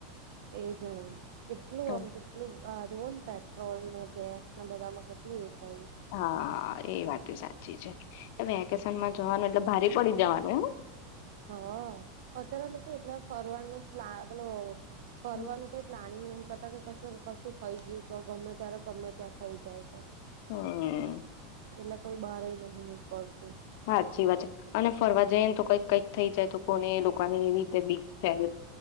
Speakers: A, on the right; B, on the left.
A: એ જણ કેટલું
B: હમ
A: આમ કેટલું આ જોવોને પેટ્રોલ ન ગેસ ના બધામાં કેટલું થયું છે.
B: હા એ વાત તો સાચી છે. એમાં વેકેશન માં જવાનું એટલે ભારી પડી જવાનું હો
A: હ અત્યારે લોકો એટલા ફરવાનું પ્લા મતલબ ફરવાનું
B: હ
A: કઈ પ્લાનિંગ નહી કરતા કે કશું થઈ ગયું તો ગમે ત્યારે ગમે ત્યાં થઈ જાય તો
B: હમ
A: એટલે કોઈ બહારએ નથી નીકળતું.
B: સાાચી વાત છે અને ફરવા જઈ ને તો કઈક કઈક થઈ જાય તો કોને લોકોને એવી રીતે બીક થે ને.